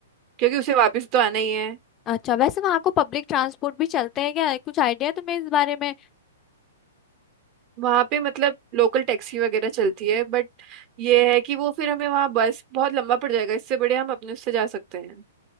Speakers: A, on the right (about 35°); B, on the left (about 25°).
A: क्योंकि उसे वापस तो आना ही है
B: अच्छा वैसे वहाँ को पब्लिक ट्रांसपोर्ट भी चलते हैं क्या कुछ आइडिया है तुम्हें इस बारे में
A: वहाँ पे मतलब लोकल टैक्सी वगैरह चलती है बट ये है कि वो फिर हमें वहाँ बस बहुत लंबा पड़ जाएगा इससे बड़े हम अपने उससे जा सकते हैं